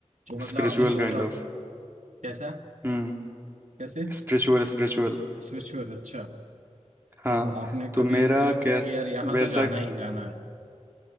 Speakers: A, on the right; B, on the right.
A: जो मतलब
B: Spiritual
A: आपने सोचा
B: kind of
A: कैसा
B: Hmm
A: कैसे
B: Spiritual spiritual
A: स्पिरिचुअल अच्छा
B: हाँ
A: तो आपने
B: तो
A: कभी
B: मेरा
A: ऐसे सोचो
B: कैस
A: कि यार यहाँ
B: वैसा
A: तो जाना ही जाना है